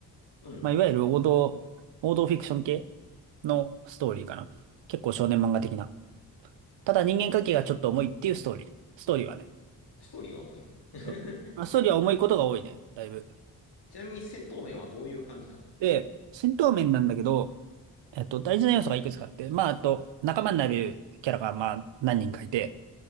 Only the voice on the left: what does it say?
うん。
ストーリーはもういいんだ。<laughs>
ちなみに戦闘面はどういう感じなの